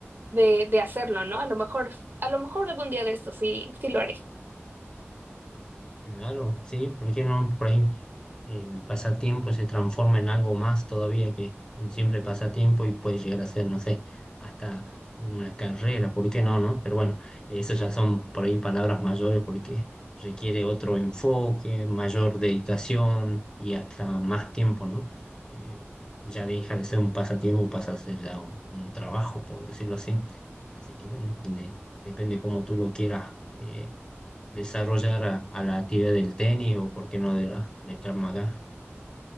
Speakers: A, on the right (about 50°); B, on the left (about 20°).
A: de, de hacerlo, ¿no? A lo mejor, a lo mejor algún día de esto sí, sí lo haré.
B: Claro, sí, ¿por qué no? Por ahí el pasatiempo se transforma en algo más todavía que un simple pasatiempo y puede llegar a ser, no sé, hasta una carrera, ¿por qué no, no? Pero bueno, eso ya son por ahí palabras mayores porque requiere otro enfoque, mayor dedicación y hasta más tiempo, ¿no? Eh, ya deja de ser un pasatiempo, pasa a ser ya un, un trabajo, por decirlo así. Así que bueno, de- depende cómo tú lo quieras. eh, desarrollar a, a la actividad del tenis o, por qué no, de la, del Krav Maga.